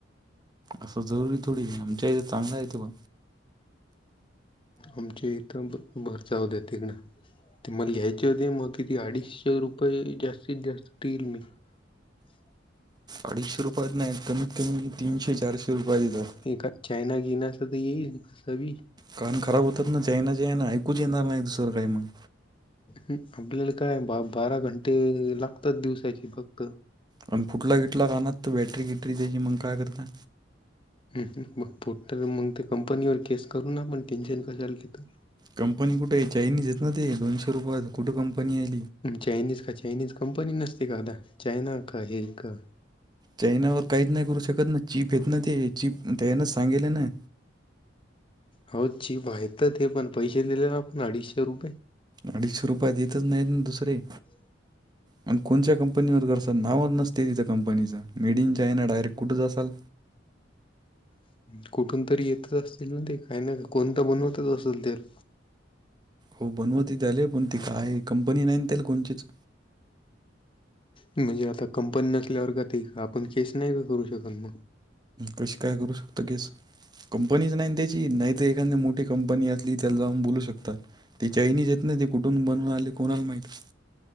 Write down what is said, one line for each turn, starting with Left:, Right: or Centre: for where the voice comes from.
Right: असं जरुरी थोडी आमच्या इथे चांगला आहेेत बा.
Left: आमच्या इथ भर जाऊदेत तिकणं. ते मला घ्यायचे होते मग किती अडीचशे रुपये जास्तीत जास्त येईल मी. <inaudible>
Right: अडीचशे रुपयात नाही कमीत कमी तीनशे चारशे रुपयात येतात
Left: एका चायना घेण्याच तर येईल. बी
Right: कारण खराब होतात ना चायना चायन ऐकूच येणार नाही दुसर काही मग.
Left: ह आपल्याला काय बारा घंटे लागतात दिवसाची फक्त.
Right: पण फुटला किटला काना तर बॅटरी किटरी द्यायची मग काय करता?
Left: मग फोट मग ते कंपनीवर केस करू ना पण टेन्शन कशाला घेतो
Right: कंपनी कुठे आहे चायनीज येत ना ते दोनशे रुपया कुठं कंपनी आहे.
Left: चायनीज का चायनीज कंपनी नसते का आदा चायना का हे का.
Right: चाईनावर काहीच नाही करू शकत ना. चिप येत ना ते चचीपया नाच सांगेल ना
Left: हो चीप आहेेत ते पण पैसे दिलेला आपण अडीचशे रुपये
Right: अडीचशे रुपया येतच नाहीत ना दुसरे.
Left: <inaudible>
Right: आणि कोणत्या कंपनीवर करसात नाव नसते तिथं कंपनीचं मेडिन चायना डायरेक्ट कुठंच असाल.
Left: <inaudible> कुठून तरी येतच असतील ना ते काही ना कोणत बनवतच असेल तर.
Right: हो बनवती झाली पण त काय कंपनी नाही त्याल कोणचीच.
Left: म्हणजे आता कंपनी नसल्यावर का ते का आपण केस नाही का करू शकत मग.
Right: कशी काय करू शकतो केस. कंपनीच नाही त्याची नाही तर एखाद मोठी कंपनी असली त्याला जाऊन बोलू शकतात त्या चाईनीच येत नाही ते. कुठून बनवून आले कोणाला माहिती.